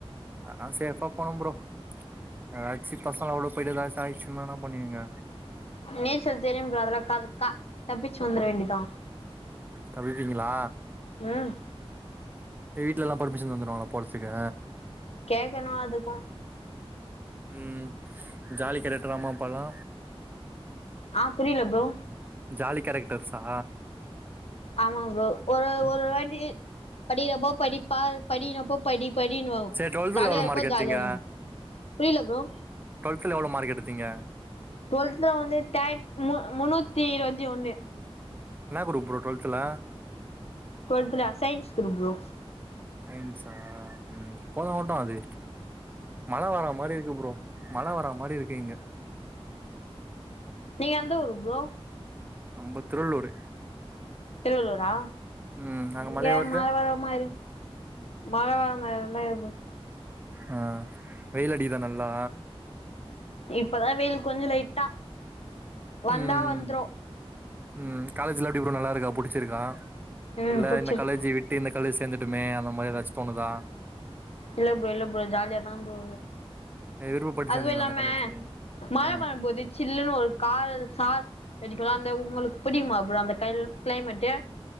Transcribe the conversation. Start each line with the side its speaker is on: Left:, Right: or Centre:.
Right: அலா ஸேஃப்பா போனு ப்ரோ எதாச்சு பசங்க அவ்ளோ போய்ட்டு எதாச்சு ஆயிச்சுன்னா என்ன பண்ணுவீங்க
Left: நீச்சல் தெரியு ப்ரோ அதெல்லா கதுக்கா தப்பிச்சு வந்துர வேண்டிதா
Right: தப்பீங்களா
Left: ம்
Right: <inaudible> வீட்லலா பர்மிஷன் தந்துடுவாங்களா போறதுதுக்கு
Left: கேக்கனு அதுக்கு
Right: ம் ஜாலி கேரெக்ட்ரா அம்மாப்பாலா
Left: ஆ புரில ப்ரோ
Right: ஜாலி கேரக்டர்ஸ்ஸா
Left: ஆமா ப்ரோ ஒரு ஒரு வாட்டி படிக்றப்போ படிப்பா படினப்போ படி படினுவா
Right: சேரி டுவெல்த்ல
Left: ஜாலியாருப்ப
Right: எவ்ளோ மார்க் எடுத்தீங்க
Left: ஜாலியாரு புரில ப்ரோ
Right: ட்வெல்த்துல எவ்ளோ மார்க் எடுத்தீங்க
Left: ட்வெல்த்துல வந்து தே மு முன்னூத்தி இருவத்தி ஒன்னு
Right: என்னா குரூப் ப்ரோ ட்வெல்த்துல
Left: ட்வெல்த்துலயா சைன்ஸ் குரூப் ப்ரோ
Right: சைன்ஸ்ஸா ம் போன ஓட்டோ அது மழ வர மாரி இருக்கு ப்ரோ மழ வர மாரி இருக்கு இங்க
Left: நீங்க எந்த ஊரு ப்ரோ
Right: நம்ப திருவள்ளூரு
Left: திருவள்ளூரா
Right: ம் அங்க
Left: இங்க
Right: மழையா வருது
Left: மழ வர மாரி மழ வர மாரிலால்ல ப்ரோ
Right: ஆ வெயில் அடிக்கிதா நல்லா
Left: இப்பதா வெயில் கொஞ்சோ லைட்டா வந்தா
Right: ம்
Left: வந்த்ரு
Right: ம் காலேஜ்லா எப்டி ப்ரோ நல்லாருக்கா புடிச்சிருக்கா
Left: ம்
Right: இல்ல
Left: புடிச்சிரு
Right: இந்த காலேஜு வி ட்டு இந்த காலேஜ் சேந்துட்டமே அந்த மாரி எதாச்சு தோனுதா
Left: இல்ல ப்ரோ இல்ல ப்ரோ ஜாலியா தா ப்ரோ
Right: விருப்பப்பட்டு
Left: அதுவு
Right: சேந்தீங்களா
Left: இல்லாம
Right: அந்த காலேஜு
Left: மழ
Right: ம்
Left: வரம்போது சில்லுனு ஒரு கா சார் அடிக்குல அந்த உங்களுக்கு புடிக்குமா ப்ரோ அந்த கள் கிளைமெட்டு